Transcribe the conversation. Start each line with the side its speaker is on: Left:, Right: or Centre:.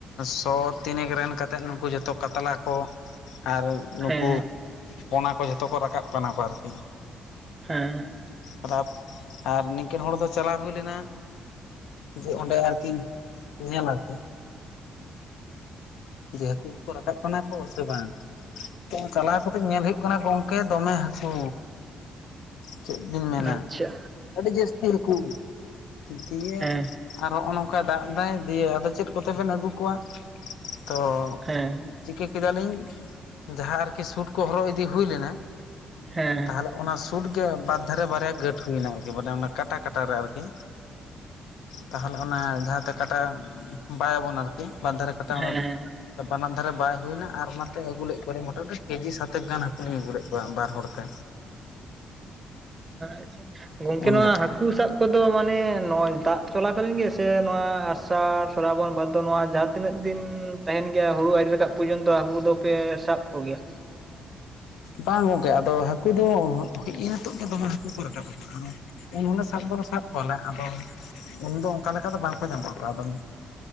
Left: ᱥᱚ ᱛᱤᱱᱮᱠ ᱨᱮᱱ ᱠᱟᱛᱮᱫ ᱱᱩᱠᱩ ᱡᱚᱛᱚ ᱠᱟᱛᱞᱟ ᱠᱚ ᱟᱨ ᱱᱩᱠᱩ
Right: ᱦᱮᱸ
Left: ᱯᱚᱱᱟ ᱠᱚ ᱡᱷᱚᱛᱚ ᱠᱚ ᱨᱟᱠᱟᱵ ᱠᱟᱱᱟ ᱠᱚ ᱟᱨᱠᱤ
Right: ᱦᱮᱸ
Left: ᱨᱟᱛ ᱟᱨ ᱱᱤᱝᱠᱟᱹᱱ ᱦᱚᱲ ᱫᱚ ᱪᱟᱞᱟᱣ ᱦᱩᱭ ᱞᱮᱱᱟ ᱡᱮ ᱚᱸᱰᱮ ᱟᱨᱠᱤ ᱧᱮᱞ ᱟᱨᱠᱤ ᱡᱮ ᱦᱟᱹᱠᱩ ᱠᱚᱠᱚ ᱨᱟᱠᱟᱵ ᱠᱟᱱᱟ ᱠᱚ ᱥᱮ ᱵᱟᱝ? ᱪᱟᱞᱟᱣ ᱠᱟᱛᱮᱜ ᱧᱮᱞ ᱦᱩᱭᱩᱜ ᱠᱟᱱᱟ ᱜᱚᱝᱠᱮ ᱫᱚᱢᱮ ᱦᱟᱹᱠᱩ ᱪᱮᱫ ᱵᱤᱱ ᱢᱮᱱᱟ
Right: ᱦᱮᱸ ᱟᱪᱪᱷᱟ
Left: ᱟᱹᱰᱤ ᱡᱟᱹᱥᱛᱤ ᱨᱮᱠᱩ ᱫᱤᱭᱮ
Right: ᱦᱮᱸ ᱦᱮᱸ
Left: ᱟᱨ ᱦᱚᱜᱼᱚᱭ ᱱᱚᱝᱠᱟᱭ ᱫᱟᱜ ᱫᱟᱭ ᱫᱤᱭᱮ ᱟᱫᱚ ᱪᱮᱫ ᱠᱚᱛᱮ ᱵᱮᱱ ᱟᱹᱜᱩ ᱠᱚᱣᱟ? ᱛᱚ
Right: ᱦᱮᱸ
Left: ᱪᱤᱠᱟᱹ ᱠᱮᱫᱟᱞᱤᱧ ᱡᱟᱦᱟᱸ ᱟᱨᱠᱤ ᱥᱩᱴ ᱠᱚ ᱦᱚᱨᱚᱜ ᱤᱫᱤ ᱦᱩᱭ ᱞᱮᱱᱟ
Right: ᱦᱮᱸ
Left: ᱛᱟᱦᱚᱞᱮ ᱚᱱᱟ ᱥᱩᱴ ᱜᱮ ᱵᱟᱫᱽᱫᱷᱟᱨᱮ ᱵᱟᱨᱭᱟ ᱜᱟᱺᱴ ᱦᱩᱭᱱᱟ ᱟᱨᱠᱤ ᱢᱟᱱᱮ ᱚᱱᱟ ᱠᱟᱴᱟ ᱠᱟᱴᱟ ᱨᱮ ᱟᱨᱠᱤ ᱛᱟᱦᱚᱞᱮ ᱚᱱᱟ ᱡᱟᱦᱟᱛᱮ ᱠᱟᱴᱟ ᱵᱟᱭᱟᱵᱚᱱ ᱟᱨᱠᱤ ᱵᱟᱨ ᱫᱷᱟᱨᱮ ᱠᱟᱴᱟᱢᱟᱵ
Right: ᱦᱮᱸ
Left: ᱵᱟᱱᱟᱨ ᱫᱷᱟᱨᱮ ᱵᱟᱭ ᱦᱩᱭᱱᱟ ᱟᱨ ᱚᱱᱟᱛᱮ ᱟᱹᱜᱩ ᱞᱮᱫ ᱠᱚᱣᱟᱞᱤᱧ ᱢᱚᱴᱟᱢᱩᱴᱤ ᱠᱮᱡᱤ ᱥᱟᱛᱮᱠ ᱜᱟᱱ ᱦᱟᱹᱠᱩᱞᱤᱧ ᱟᱹᱜᱩ ᱞᱮᱫ ᱠᱚᱣᱟ ᱵᱟᱨ ᱦᱚᱲ ᱛᱮ
Right: ᱟᱪᱷᱟ ᱜᱚᱝᱠᱮ
Left: ᱩᱱ
Right: ᱱᱚᱶᱟ
Left: ᱡᱚᱠᱷᱚᱱ
Right: ᱦᱟᱹᱠᱩ ᱦᱟᱹᱠᱩ ᱥᱟᱵ ᱠᱚᱫᱚ ᱢᱟᱱᱮ ᱱᱚᱜᱚᱭ ᱫᱟᱜ ᱪᱚᱞᱟᱠᱟᱞᱤᱱ ᱜᱮ ᱥᱮ ᱱᱚᱣᱟ ᱟᱥᱟᱲ ᱥᱚᱨᱟᱵᱚᱱ ᱵᱟᱫᱽᱫᱷᱚ ᱱᱚᱣᱟ ᱡᱟᱦᱟᱸ ᱛᱤᱱᱟᱹᱜ ᱫᱤᱱ ᱛᱟᱦᱮᱱ ᱜᱮᱭᱟ ᱦᱩᱲᱩ ᱟᱹᱨᱩ ᱨᱟᱠᱟᱵ ᱯᱚᱨᱡᱚᱱᱛᱚ ᱦᱟᱹᱠᱩ ᱫᱚᱯᱮ ᱥᱟᱵ ᱠᱚᱜᱮᱭᱟ
Left: ᱵᱟᱝ ᱜᱚᱝᱠᱮ ᱟᱫᱚ ᱦᱟᱹᱠᱩ ᱫᱚ ᱤᱭᱟᱹ ᱱᱤᱛᱚᱜ ᱫᱚ ᱫᱚᱢᱮ ᱦᱟᱹᱠᱩ ᱠᱚ ᱨᱟᱠᱟᱵ ᱟᱠᱚ ᱟᱫᱚ ᱩᱱᱦᱚᱞᱮ ᱥᱟᱵ ᱫᱚᱞᱮ ᱥᱟᱵ ᱠᱚᱣᱟᱞᱮ ᱟᱫᱚ ᱩᱱᱫᱚ ᱚᱱᱠᱟ ᱞᱮᱠᱟ ᱫᱚ ᱵᱟᱝᱠᱚ ᱧᱟᱢᱚᱜ-ᱟ ᱚᱠᱟᱫᱚᱢ